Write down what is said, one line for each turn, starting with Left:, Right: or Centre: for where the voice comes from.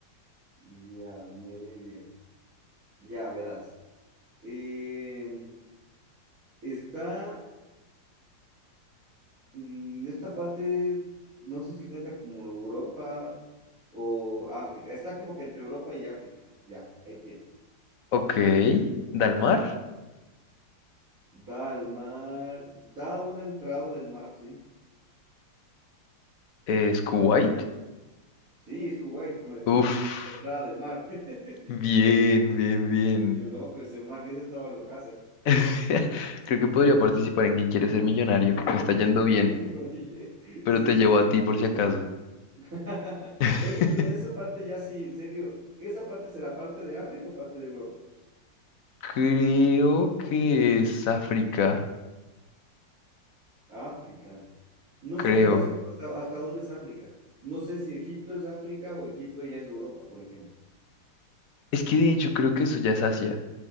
Right: Ya, media. Ya, verás. Eh, está mm, esta parte, no sé si cuenta como Europa o África. Está como que entre Europa y África. Ya, ahí tienes.
Left: Ok, Dalmar,
Right: Da al mar, da una entrada del mar, sí.
Left: es Kuwait.
Right: Sí, es Kuwait, ¿cómo le atinaste?
Left: Uf,
Right: Entrada del mar. <laughs>
Left: bien, bien, bien.
Right: Qué loco ese man, ese estaba locaza,
Left: <laughs> Creo que podría participar en Quien quiere ser millonario. Me está
Right: <laughs>
Left: yendo
Right: te
Left: bien.
Right: juro, oye,
Left: pero
Right: sí.
Left: te llevo a ti por si acaso.
Right: <laughs>
Left: <laughs>
Right: Oye, pero esa parte ya sí, en serio, ¿esa parte será parte de África o parte de Europa?
Left: Creo que es África,
Right: África. No
Left: creo.
Right: sé, no sé hasta, hasta dónde es África. No sé si Egipto es África o Egipto ya es Europa, por ejemplo.
Left: Es que de hecho creo que eso ya es Asia.